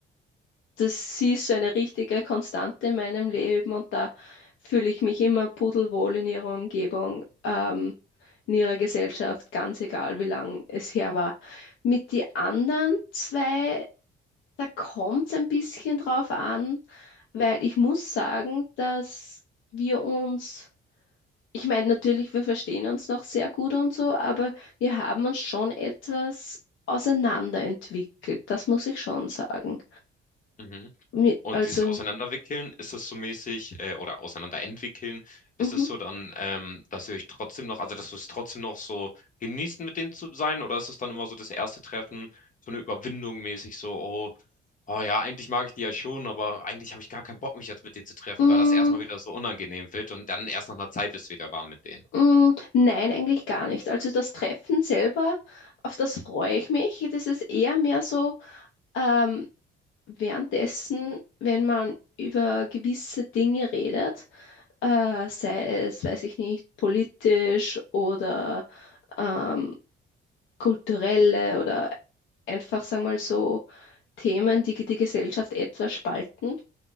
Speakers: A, on the left; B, on the left.
A: das ist so eine richtige Konstante in meinem Leben und da fühle ich mich immer pudelwohl in ihrer Umgebung, ähm, in ihrer Gesellschaft, ganz egal, wie lang es her war. Mit die anderen zwei, da kommt es ein bisschen drauf an, weil ich muss sagen, dass wir uns, ich meine, natürlich, wir verstehen uns noch sehr gut und so, aber wir haben uns schon etwas auseinanderentwickelt, das muss ich schon sagen.
B: Mhm.
A: Mi-
B: Und
A: Also,
B: dieses Auseinanderwickeln, ist es so mäßig, äh, oder Auseinanderentwickeln,
A: mhm.
B: ist es so dann, ähm, dass ihr euch trotzdem noch, also dass du es trotzdem noch so genießt, mit denen zu sein, oder ist es dann immer so das erste Treffen, so eine Überwindung mäßig, so, oh, oh ja, eigentlich mag ich die ja schon, aber eigentlich habe ich gar keinen Bock, mich jetzt mit denen zu treffen,
A: Mm,
B: weil das erstmal wieder so unangenehm wird und dann erst nach einer Zeit wird es wieder warm mit denen.
A: mm, nein, eigentlich gar nicht. Also das Treffen selber, auf das freue ich mich. Das ist eher mehr so ähm, währenddessen, wenn man über gewisse Dinge redet, äh, sei es, weiß ich nicht, politisch oder ähm, kulturelle oder einfach, sagen wir mal so, Themen, die die Gesellschaft etwas spalten.